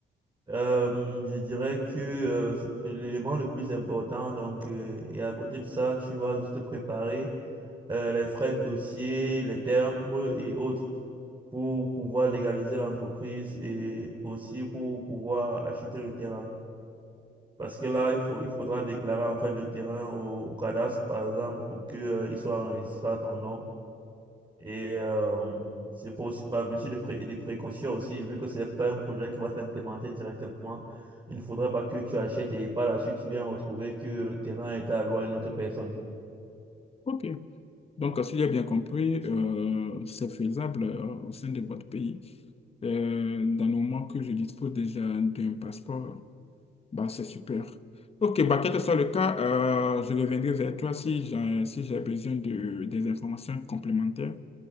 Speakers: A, on the right (about 25°); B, on the left (about 30°).
A: Euh, je dirais que euh, c'est l'élément le plus important. Donc, euh, et à côté de ça, tu vas juste préparer euh, les frais de dossier, les timbres et autres pour pouvoir légaliser l'entreprise et aussi pour pouvoir acheter le terrain. Parce que là, il faut, il faudra déclarer en fait le terrain au, au cadastre, par exemple, pour que, euh, il soit enregistré à ton nom. Et euh, c'est pour aussi par mesure de, pré- de précaution aussi, vu que ce n'est pas un projet qui va s'implémenter directement, il ne faudrait pas que tu achètes et par la suite tu viens retrouver que le terrain est alloué à une autre personne.
B: Ok, donc, euh, si j'ai bien compris, euh, c'est faisable euh, au sein de votre pays. Euh, dans le moment que je dispose déjà d'un passeport. Bah, c'est super. Ok, bah, quel que soit le cas, euh, je reviendrai vers toi si j'ai si j'ai besoin de, des informations complémentaires.